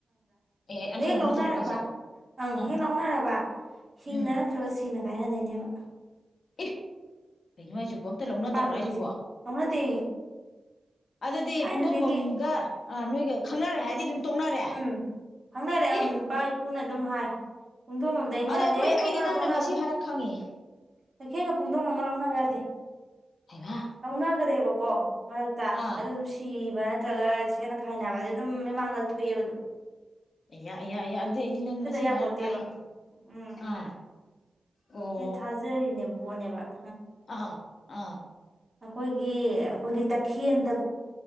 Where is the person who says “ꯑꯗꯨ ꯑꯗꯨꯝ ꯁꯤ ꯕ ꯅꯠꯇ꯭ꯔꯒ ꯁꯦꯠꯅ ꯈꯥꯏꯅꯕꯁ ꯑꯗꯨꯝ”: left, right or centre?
Right